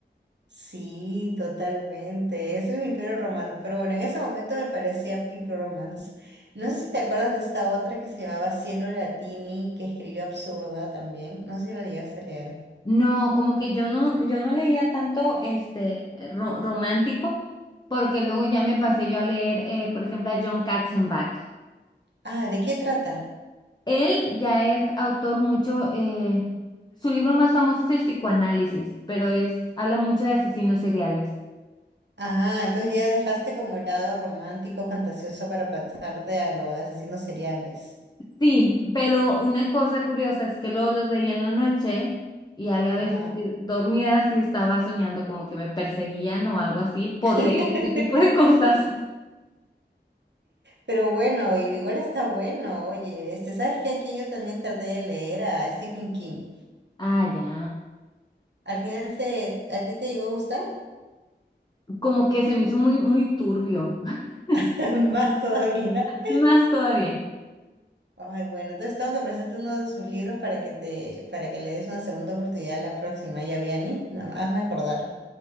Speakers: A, on the right; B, on the left.
A: Sí, totalmente. Ese es mi Pico Romance. Pero bueno, en ese momento me parecía Pico Romance. No sé si te acuerdas de esta otra que se llamaba Cielo Latini, que escribió Absurda también. No sé si la llegaste a leer.
B: No, como que yo no, yo no leía tanto este ro- romántico, porque luego ya me pasé yo a leer, eh, por ejemplo, a John Katzenbach.
A: Ah, ¿de qué trata?
B: Él ya es autor mucho, eh, su libro más famoso es El psicoanálisis, pero es, habla mucho de asesinos seriales.
A: Ah, entonces ya dejaste como el lado romántico, fantasioso para pasarte a los asesinos seriales.
B: Sí, pero una cosa curiosa es que luego los leí en la noche y había
A: Ajá.
B: veces que dormida sí estaba soñando como que me perseguían o algo así por
A: <laughs>
B: leer este tipo de cosas. <laughs>
A: Pero bueno, igual está bueno, oye, este, ¿sabes qué? Aquí yo también traté de leer a Stephen King.
B: Ah, ya.
A: Al final te, ¿a ti te iba a gustar?
B: Como que se me hizo muy, muy turbio. <laughs>
A: <laughs> Más todavía.
B: Más todavía.
A: Ay, bueno, entonces tengo que prestarte uno de sus libros para que te, para que le des una segunda oportunidad la próxima, ya, Vianney. No, hazme acordar.